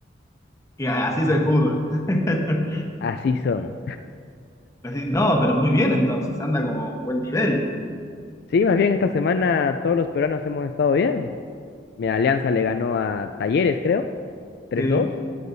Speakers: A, on the left (about 15°); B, on the left (about 60°).
A: Y a- así es el fútbol. <laughs>
B: así son.
A: Así- no, pero muy bien entonces. Anda como un buen nivel.
B: Sí, más bien esta semana todos los peruanos hemos estado bien. Mi Alianza le ganó a Talleres, creo, tres
A: Sí.
B: dos